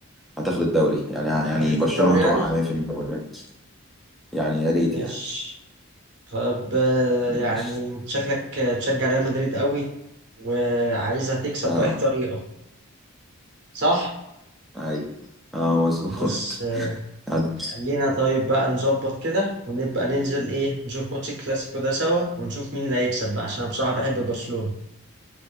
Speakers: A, in the centre; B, on the right.
A: هتاخد الدوري يعني يعني
B: خدت
A: برشلونة
B: الدوري
A: هتقع
B: يعني
A: 100% ولا يعني يا ريت
B: ماشي
A: يعني
B: طب آه،
A: ماشي
B: يعني شكلك آه، تشجع ريال مدريد قوي وعايزها تكسب
A: اه
B: باي طريقه صح
A: ايوه اه مظبوط
B: خلاص
A: <laughs>
B: خلينا طيب بقى نظبط كده ونبقى ننزل ايه نشوف ماتش الكلاسيكو ده سوا ونشوف مين اللي هيكسب بقى عشان انا بصراحة بحب برشلونة